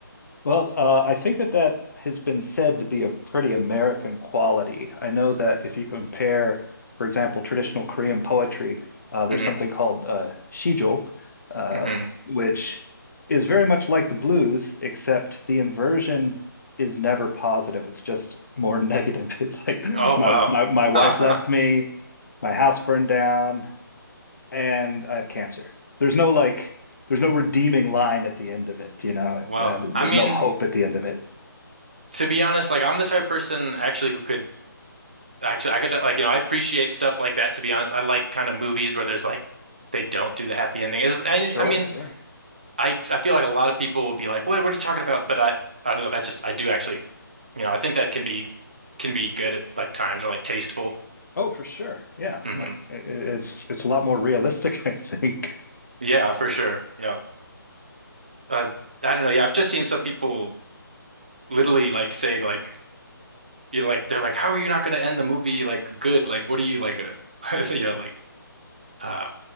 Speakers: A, on the left; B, on the right.
A: Well, uh, I think that that has been said to be a pretty American quality. I know that if you compare, for example, traditional Korean poetry, uh, there's
B: Mm-hmm.
A: something called uh, shijo, uh,
B: Mm-hmm.
A: which is very much like the blues, except the inversion is never positive. It's just more negative. <laughs> It's like
B: Oh
A: my
B: wow.
A: my
B: <laughs>
A: my wife
B: Huh, huh.
A: left me, my house burned down, and I have cancer. There's no like, there's no redeeming line at the end of it. You know,
B: Well,
A: uh, there's
B: I mean.
A: no hope at the end of it.
B: to be honest, like I'm the type of person actually who could actually I could like you know I appreciate stuff like that. To be honest, I like kind of movies where there's like they don't do the happy ending. Is I,
A: Sure.
B: I mean
A: Yeah.
B: I I feel like a lot of people will be like, what what are you talking about? But I I don't know. That's just I do actually, you know, I think that can be can be good at like times or like tasteful.
A: Oh, for sure. Yeah,
B: hmm
A: like it's it's a lot more realistic, <laughs> I think,
B: Yeah, for sure. Yeah. Uh, I don't know. Yeah, I've just seen some people literally like say like you know like they're like, how are you not going to end the movie like good? Like what are you like a <laughs> you know like. Uh,